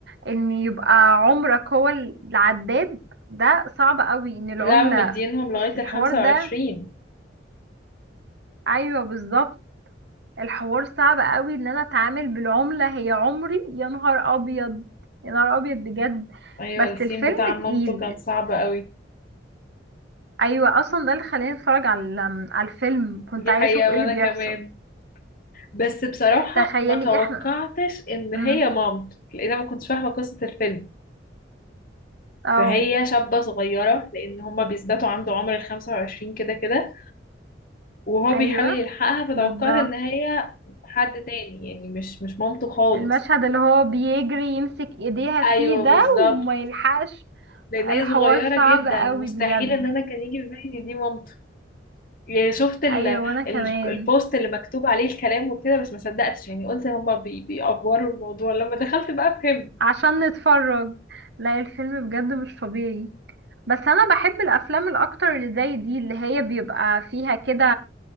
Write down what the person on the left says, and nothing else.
لا ومدينهم لغاية
الخمسة
وعشرين
ايوه
السين
بتاع عمامته
كان صعب قوي
دي
حقيقة
وانا
كمان بس بصراحة
ما توقعتش
ان هي
مامته لان انا ما كنتش فاهمة قصة الفيلم
فهي شابة صغيرة لان هما بيثبتوا عنده عمر الخمسة وعشرين كده كده وهو
بيحاول يلحقها
فتوقعت ان هي حد تاني يعني مش مش مامته خالص
ايوه
بالظبط
لان
هي صغيرة
جدا
مستحيل
ان انا كان يجي في بالي إن دي مامته يعني شفت ال...
ال... البوست اللي مكتوب عليه الكلام وكده بس ما صدقتش يعني قلت هما بي... بيأفوروا الموضوع لما دخلت بقى فهمت